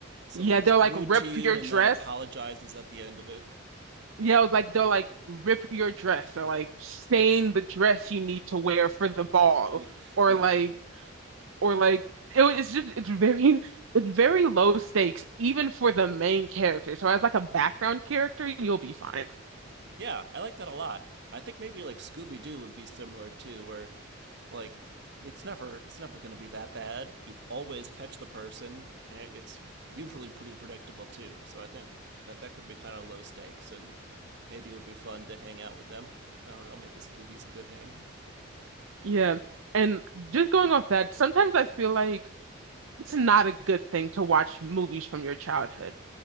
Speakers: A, on the right (about 50°); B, on the right (about 65°).
A: someone
B: Yeah,
A: is
B: they'll
A: rude
B: like rip
A: to you
B: your
A: and
B: dress.
A: then apologizes at the end of it.
B: Yeah, like they'll like rip your dress or like stain the dress you need to wear for the ball
A: <laughs>
B: or
A: yeah,
B: like or like it was, it's just it's very it's very low stakes even for the main character. So as like a background character, you'll be fine.
A: Yeah, I like that a lot. I think maybe like Scooby Doo would be similar too, where like it's never it's never going to be that bad. You always catch the person. and It's usually pretty predictable too. So I think that that could be kind of low stakes, and maybe it would be fun to hang out with them. I don't know. Maybe Scooby's a good hang.
B: Yeah. And just going off that, sometimes I feel like it's not a good thing to watch movies from your childhood.